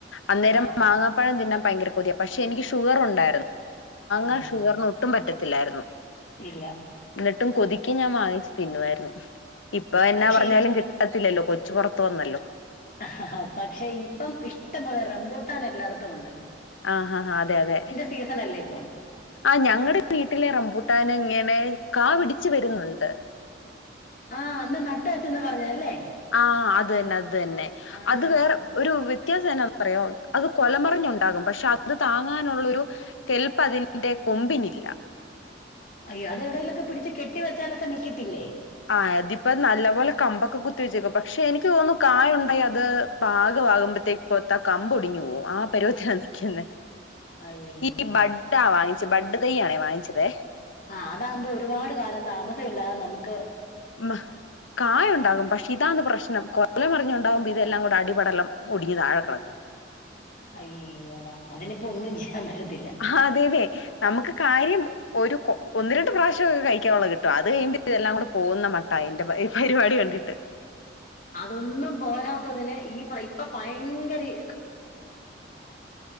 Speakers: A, on the left; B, on the left.
A: അന്നേരം
B: ആഹ്
A: മാങ്ങാപ്പഴം തിന്നാൻ ഭയങ്കര കൊതിയ പക്ഷെ എനിക്ക് ഷുഗറുണ്ടായിരുന്നു മാങ്ങാ
B: ആഹ്
A: ഷുഗറിന് ഒട്ടും പറ്റത്തില്ലായിരുന്നു
B: ഇല്ല
A: ന്നട്ടും കൊതിക്കി ഞാൻ വാങ്ങിച്ചു തിന്നുവായിരുന്നു ഇപ്പൊ എന്നാ
B: പക്ഷേ
A: പറഞ്ഞാലും കി ട്ടത്തില്ലല്ലോ കൊച്ചു പൊറത്ത് വന്നല്ലോ
B: ഹ ഹ പക്ഷെ ഇപ്പം ഇഷ്ടംപോലെ റംബൂട്ടാൻ എല്ലാട്ത്തും ഉണ്ട്
A: ആഹ് ആഹ് അഹ് അതെയതെ
B: സീസണല്ലേ ഇപ്പം
A: ആഹ് ഞങ്ങടെ വീട്ടിലെ റംമ്പൂട്ടാനിങ്ങനെ കാ പിടിച്ച് വരുന്നുണ്ട്
B: ആഹ് അന്ന് നട്ട് വെച്ചന്ന് പറഞ്ഞ് അല്ലേ
A: ആഹ് അത് തന്നെ അത് തന്നെ
B: ആഹ്
A: അത് വേറെ ഒരു വി വ്യത്യാസം എന്നാ അറിയോ അത് കൊലമറിഞ്ഞുണ്ടാകും പക്ഷെ അത് താങ്ങാനുള്ളൊരു കെല്പ്പതി ന്റെ കൊമ്പിനില്ല
B: അയ്യ അതെവിടേലൊക്കെ പിടിച്ച് കെട്ടി വെച്ചാലൊക്കെ നിൽക്കത്തില്ലേ
A: ആഹ് അതിപ്പ നല്ല പോലെ കമ്പൊക്കെ കുത്തി വെച്ചേക്വ പക്ഷെ എനിക്ക് തോന്നുന്നു കായുണ്ടായി അത് പാക ആവുമ്പഴ്ത്തേ മ്പോത്ത കമ്പൊടിഞ്ഞു പോവും ആ പരുവത്തിലാ നിക്ക്ന്നെ
B: അയ്യോ
A: ഈ ബഡ്ഡാ വാങ്ങിച്ചെ ബഡ്ഡ് തയ്യാണേ വാങ്ങിച്ചതെ
B: ആ അതാകുമ്പോ ഒരുപാട് കാലം താമസല്ലാതെ നമ്മക്ക്
A: മ കായണ്ടാകും പക്ഷെ ഇതാണ് പ്രശ് നം കൊലമറിഞ്ഞുണ്ടാകുമ്പോ ഇതെല്ലാം കൂടി അടിപടലം ഒടിഞ് താഴെ കെടക്കും
B: അയ്യോടാ അതിനിപ്പൊ ഒന്നും ചെയ്യാമ്പറ്റത്തില്ല
A: ഹതേന്നെ നമ്മക്ക് കാര്യം ഒരു ഒന്ന് രണ്ട് പ്രാവശ്യക്കെ കഴിക്കാനുള്ളത് കിട്ടും അത് കഴിയുമ്പതെല്ലാം കൂടെ പോകുന്ന മട്ട അയ്ന്റെ പരിപാടി കണ്ടിട്ട്
B: അതൊന്നും പോരാത്തതിന് ഈ ഇപ്പൊ ഭയങ്കര ഈ